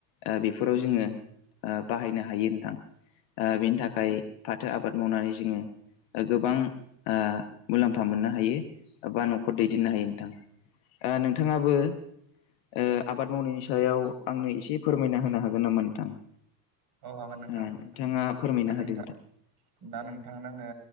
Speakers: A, on the left; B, on the right.
A: ओ बेफोराव जोङो ओ बाहायनो हायो नोंथां। ओ बेनि थाखाय फाथो आबाद मावनानै जोङो। ओ गोबां ओ मुलाम्फा मोननो हायो बा न'खर दैदेननो हायो नोंथां। ओ नोंथाङाबो ओ आबाद मावनायनि सायाव आंनो एसे फोरमायना होनो हागोन नामा नोंथां?
B: औ हागोन नोंथां।
A: ओ नोंथाङा फोरमायना
B: दा नोंथां
A: होदो
B: दा नोंथांनो आंङो